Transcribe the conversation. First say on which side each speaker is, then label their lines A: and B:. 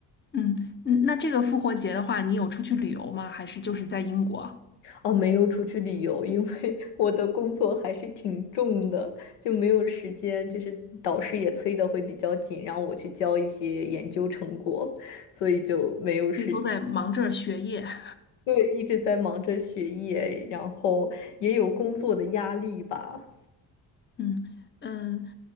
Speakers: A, on the left; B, on the left.
A: 嗯嗯，那这个复活节的话，你有出去旅游吗？还是就是在英国？
B: 哦，没有出去旅游，因为 <laughs> 我的工作还是挺重的，就没有时间。就是导师也催的会比较紧，让我去交一些研究成果，所以就没有时间
A: 所以都在忙着学业。<laughs>
B: 对，一直在忙着学业，然后也有工作的压力吧。
A: 嗯嗯，